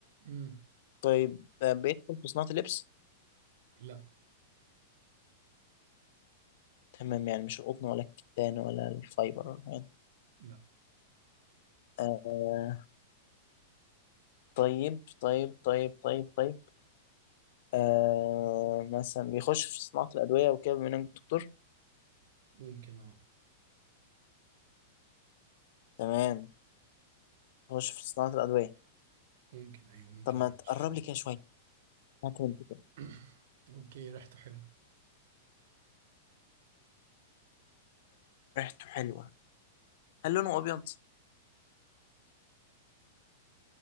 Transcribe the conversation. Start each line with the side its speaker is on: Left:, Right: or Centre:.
Right: امم
Left: طيب آه بيدخل في صناعة اللبس؟
Right: لا
Left: تمام يعني مش القطن ولا الكتان ولا الفايبر يعني.
Right: لا
Left: آه طيب طيب طيب طيب طيب آه مثلا بيخش في صناعة الأدوية وكده بما إنك دكتور
Right: ممكن اه
Left: تمام بيخش في صناعة الأدوية
Right: ممكن ايوه ممكن
Left: طب ما تقرب
Right: مش
Left: لي كده شويه هات هنت كده
Right: <coughs> <clears throat> اوكي ريحته حلوة
Left: ريحته حلوه هل لونه ابيض